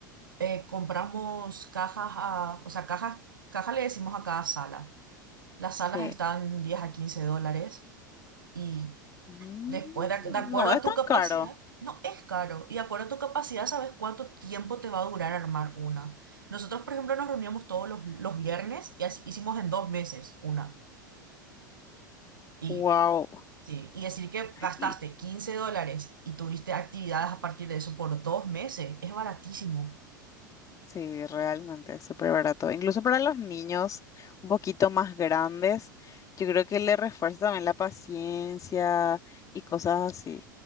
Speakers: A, on the right; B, on the left.
A: Eh, compramos cajas, a- o sea, cajas, caja le decimos a cada sala. Las salas
B: Sí.
A: están 10 a 15 dólares. Y
B: Mm,
A: Después, de, de acuerdo
B: No es
A: a
B: tan
A: tu capacidad,
B: caro.
A: no es caro. Y de acuerdo a tu capacidad, sabes cuánto tiempo te va a durar armar una. Nosotros, por ejemplo, nos reuníamos todos los, los viernes y así- hicimos en dos meses una. Y,
B: Wow.
A: sí, y decir que gastaste
B: Y
A: 15 dólares y tuviste actividades a partir de eso por dos meses, es baratísimo.
B: sí, realmente es súper barato. Incluso para los niños un poquito más grandes, yo creo que le refuerza también la paciencia y cosas así.